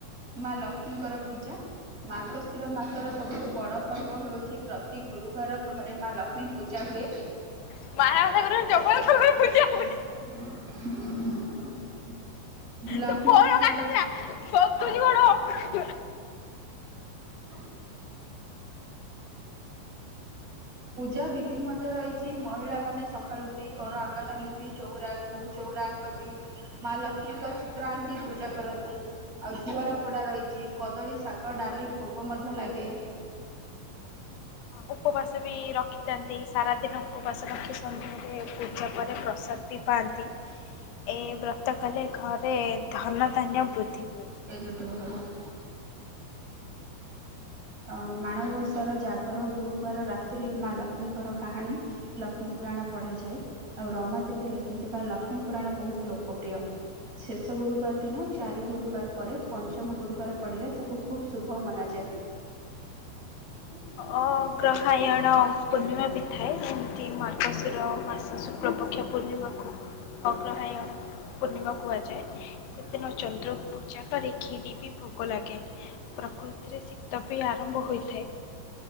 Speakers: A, on the right; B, on the left.
A: ମା ଲକ୍ଷ୍ମୀଙ୍କର ପୂଜା। ମାର୍ଗଶିର ମାସର ସବୁଠୁ ବଡ ପର୍ବ ହେଉଚି ପ୍ରତି ଗୁରୁବାର ଘରେ ମା ଲକ୍ଷ୍ମୀ। ପୂଜା ହୁଏ।
B: <unintelligible> ପୁରା ଜଗତ୍ ସାରା ପୂଜା ହୁଏ।
A: <inaudible> ଲକ୍ଷ୍ମୀ
B: ତୁ ଫୋନ
A: ପୂଜା।
B: କାଟିଦେଲା ସତୁଛି ବଡ
A: <inaudible> ପୂଜା ବିଧି ମଧ୍ୟ ରହିଛି ମହିଳା ମାନେ ସକାଳୁ ଉଠି ଘର ଆଙ୍ଗନ ଲିପି ଚଉରାକୁ ଚଉରା କନ୍ତି ମା ଲକ୍ଷ୍ମୀଙ୍କ ଚିତ୍ର ଆଙ୍କି ପୂଜା କରନ୍ତି। ଆଉ ଘିଅର ପୋଡା ରହିଚି କଦଳୀ ଶାଗ ଡାଲି ଭୋଗ ମଧ୍ୟ ଲାଗେ।
B: ଉପବାସ ବି ରଖିଥାନ୍ତି ସାରାଦିନ ଉପବାସ ରଖି ସନ୍ଧ୍ୟାରେ ପୂଜା ପରେ ପ୍ରସାଦ ବି ପାଆନ୍ତି ଏ ବ୍ର ତ କଲେ ଘରେ ଧନ ଧାନ୍ୟ ବୃଦ୍ଧି ହୁଏ।
A: ଏଇ ଝିଅଟି ଭଲ ନାଇଁ। ଆଉ ମାଣବସାର ଜାଗର ଗୁରୁବାର ରାତିରେ ମା ଲକ୍ଷ୍ମୀଙ୍କର କାହାଣୀ। ଲକ୍ଷ୍ମୀ ପୁରାଣ ପଢାଯାଏ ଆଉ ରମା ଦେବୀ ଲେଖିଥିବା ଲକ୍ଷ୍ମୀ ପୁରାଣ ବହୁତ୍ ଲୋକପ୍ରିୟ। ଶେଷ ଗୁରୁବାର ଦିନ ଚାରି ଗୁରୁବାର ପରେ ପଞ୍ଚମ ଗୁରୁବାର ପଡିଲେ ତାକୁ ଖୁବ୍ ଶୁଭ ମନାଯାଏ। <inaudible>
B: ଅ ଗ୍ରହାୟଣ ପୂର୍ଣ୍ଣିମା ବି ଥାଏ ଯେମତି ମାର୍ଗଶିର ମାସ ଶୁକ୍ଳପକ୍ଷ। ପୂର୍ଣ୍ଣିମାକୁ ଅଗ୍ରହାୟାଣ। ପୂର୍ଣ୍ଣିମା କୁହାଯାଏ ସେଦିନ ଚନ୍ଦ୍ରକୁ ପୂଜା କରି କ୍ଷିରି ବି ଭୋଗ ଲାଗେ। ପ୍ରକୃତିରେ ଶୀତ ବି ଆରମ୍ଭ ହୋଇଥାଏ।